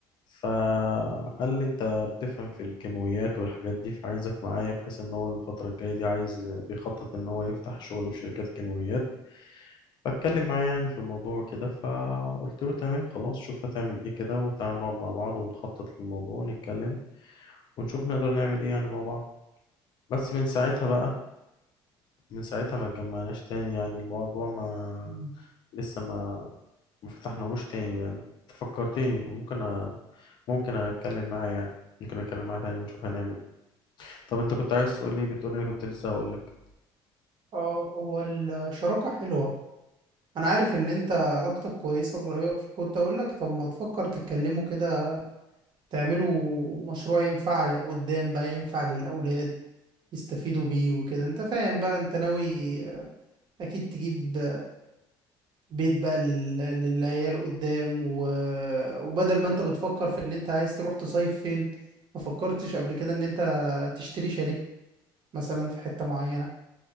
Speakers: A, on the left; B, on the right.
A: فقال لي انت بتفهم في الكيماويات والحاجات دي فعايزك معايا بحيث ان هو الفترة الجاية دي عايز بيخطط ان هو يفتح شغل في شركات كيماويات فاتكلم معايا يعني في الموضوع كده فقلت له تمام خلاص شوف هتعمل ايه كده وتعالى نقعد مع بعض ونخطط للموضوع ونتكلم ونشوف نقدر نعمل ايه يعني مع بعض بس من ساعتها بقى من ساعتها ما اتجمعناش تاني يعني الموضوع ما
B: مم.
A: لسه ما ما فتحناهوش تاني يعني انت فكرتني ممكن أ... ممكن اتكلم معاه يعني ممكن اتكلم معاه تاني ونشوف هنعمل طب انت كنت عايز تقول لي ايه بتقول لي كنت لسه هقول لك
B: اه هو الشراكة حلوة انا عارف ان انت علاقتك كويسة بقرايبك فكنت اقول لك طب ما تفكر تتكلموا كده تعملوا مشروع ينفع قدام بقى ينفع للاولاد يستفيدوا بيه وكده انت فاهم بقى انت ناوي اكيد تجيب بيت بقى لل... للعيال قدام و... وبدل ما انت بتفكر في ان انت عايز تروح تصيف فين ما فكرتش قبل كده ان انت تشتري شاليه مثلا في حتة معينة